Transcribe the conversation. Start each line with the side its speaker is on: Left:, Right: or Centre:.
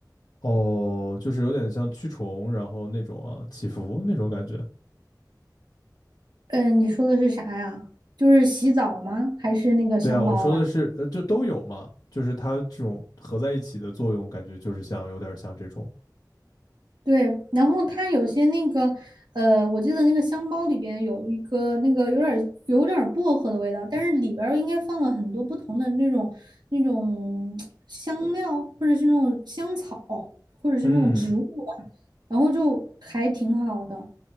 Left: 哦，就是有点像驱虫，然后那种啊，祈福那种感觉。
Right: 嗯，你说的是啥呀？就是洗澡吗？还是那个香包啊？
Left: 对啊，我说的是，呃，就都有嘛，就是它这种合在一起的作用，感觉就是像有点像这种。
Right: 对，然后它有些那个，呃，我记得那个香包里边有一个那个有点儿有点儿薄荷的味道，但是里边儿应该放了很多不同的那种那种香料，或者是那种香草，或者是那种植物吧，
Left: 嗯，
Right: 然后就还挺好的，